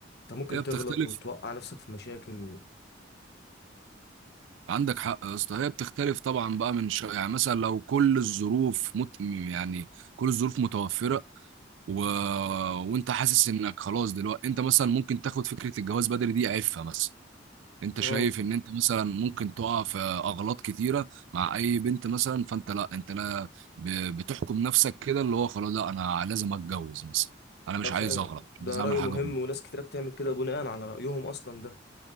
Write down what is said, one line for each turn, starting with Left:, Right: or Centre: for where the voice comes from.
Left: ممكن
Right: هي
Left: تغلط
Right: بتختلف
Left: وتوقع نفسك في مشاكل و...
Right: عندك حق يا اسطى هي بتختلف طبعا بقى من شا... يعني مثلا لو كل الظروف مت... يعني كل الظروف متوفره و... وانت حاسس انك خلاص دلوقتي انت مثلا ممكن تاخد فكره الجواز بدري دي عيبها مثلا انت
Left: اه
Right: شايف ان انت مثلا ممكن تقع في اغلاط كتيره مع اي بنت مثلا فانت لا انت لا ب... بتحكم نفسك كده اللي هو خلاص لا انا لازم اتجوز مثلا انا مش
Left: ده فعلا
Right: عايز اغلط مش
Left: ده
Right: عايز اعمل
Left: رأي
Right: حاجه
Left: مهم
Right: غلط
Left: وناس كتيرة بتعمل كده بناء على رأيهم أصلا ده